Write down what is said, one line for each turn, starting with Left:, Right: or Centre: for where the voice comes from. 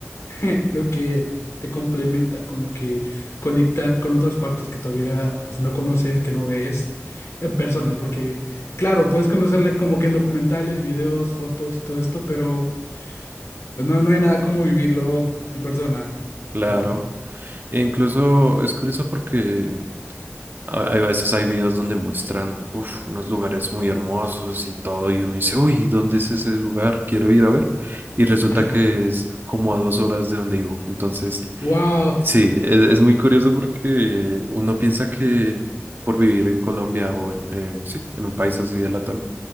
Left: <laughs> lo que te complementa, como que conectar con otras partes que todavía pues no conoces, que no ves en persona, porque claro, puedes conocerla como que en documentales, videos, fotos y todo esto, pero pues, no, no hay nada como vivirlo en persona,
Right: Claro.
Left: ¿va?
Right: E incluso es curioso porque A hay veces hay videos donde muestran uf, unos lugares muy hermosos y todo, y uno dice, uy, ¿dónde es ese lugar? Quiero ir a ver. Y resulta
Left: Ajá,
Right: que es como a dos horas de donde vivo. Entonces,
Left: wow,
Right: sí, e- es, muy curioso porque uno piensa que por vivir en Colombia o en, en- sí, en un país así de Latam,